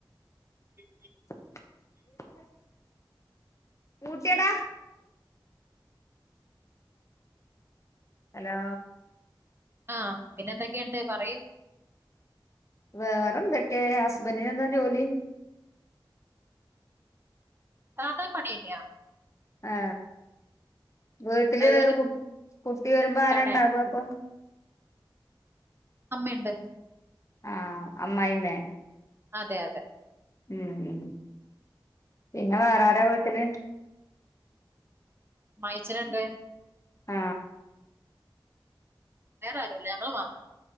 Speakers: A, on the right (about 25°); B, on the left (about 35°).
A: ഉം
B: <inaudible> പൂട്ടിയടാ ഹലോ
A: ആ പിന്നെ എന്തൊക്കെയുണ്ട് പറയൂ
B: വേറൊന്തൊക്കെ ഹസ്ബൻ്റ്ന് എന്താ ജോലി
A: സാധാ പണിയന്നാ
B: ആ വീട്ടില്
A: അത്
B: കുട്ടി വരുമ്പോ ആരാണ്ടാകും
A: കടയാ
B: അപ്പൊ
A: അമ്മണ്ട്
B: ആ അമ്മായ്മേ
A: അതെ അതെ
B: ഉം പിന്നെ വേറാരാ വീട്ടില്
A: മ്മായച്ഛനുണ്ട്
B: ആ
A: വേറെ ആരുല്ല ഞങ്ങള് മാത്രം